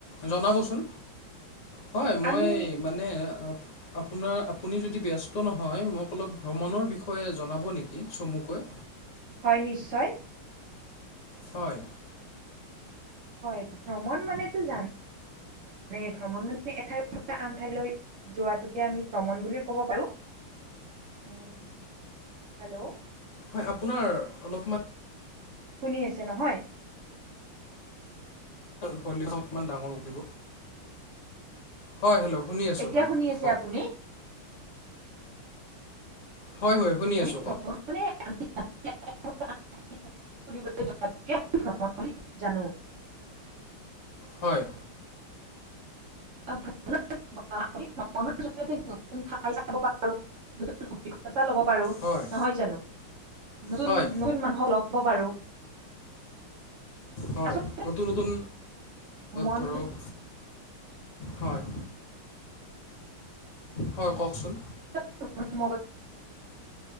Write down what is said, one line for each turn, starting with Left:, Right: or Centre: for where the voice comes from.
Left: জনাবচোন। হয় মই
Right: আমি
Left: মানে অ' আপোনাৰ আপুনি যদি ব্যস্ত নহয় মোক অলপ ভ্ৰমণৰ বিষয়ে জনাব নেকি চমুকৈ?
Right: হয় নিশ্চয়।
Left: হয়।
Right: হয় ভ্ৰমণ মানেতো জানেই মানে ভ্ৰমণ মানে এঠাইৰপৰা আনঠাইলৈ যোৱাতোকে আমি ভ্ৰমণ বুলি ক'ব পাৰোঁ। উম, হেল্ল'।
Left: হয় আপোনাৰ অলপমান
Right: শুনি আছে নহয়?
Left: ভলিঅম অকমান ডাঙৰক দিব হয় হেল্ল' শুনি আছোঁ
Right: এতিয়া
Left: হয়
Right: শুনি আছে
Left: কওক
Right: আপুনি?
Left: হয় হয় শুনি আছোঁ
Right: ভ্ৰমণ
Left: কওক
Right: মনে অমি এঠাইৰ পৰা আন ঠাইলৈ ফুৰিবলৈ যোৱাটোকে ভ্ৰমণ বুলি জানো
Left: হয়
Right: আ ভ্ৰমণ মানে ভ্ৰমণৰ যোগেদি আমি নতুন ঠাই চাব পাৰ উ অভিজ্ঞতা লব পাৰো নহয়
Left: হয়
Right: জানো নতুন-নতুন
Left: হয়
Right: মানুহক লগ প পাৰো।
Left: হয়,
Right: আচলতে
Left: নতুন নতুন
Right: মনে
Left: ধৰক হয়, হয় কওকচোন।
Right: <inaudible>